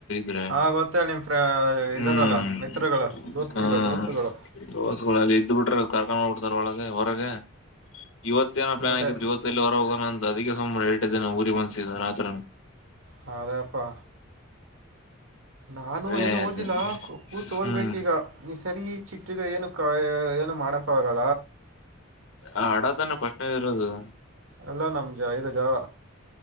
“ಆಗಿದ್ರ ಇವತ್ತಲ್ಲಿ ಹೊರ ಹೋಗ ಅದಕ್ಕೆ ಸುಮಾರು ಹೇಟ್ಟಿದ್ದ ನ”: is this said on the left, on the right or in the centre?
Left